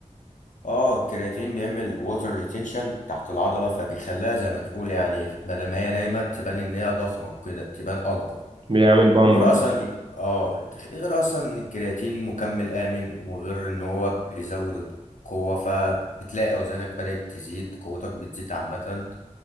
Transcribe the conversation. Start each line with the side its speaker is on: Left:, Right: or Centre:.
Left: اه الكرياتين بيعمل ووتر ريتينشن تحت العضله فبيخليها زي ما تقول يعني بدل ما هي نايمه تبان ان هي ضخمه وكده تبان اكبر
Right: بيعمل بامب
Left: وغير
Right: اه
Left: اصلا إك- اه تخ- غير اصلا ان الكرياتين مكمل امن وغير ان هو بيزود القوه فبتلاقي اوزانك بدات تزيد قوتك بتزيد عامه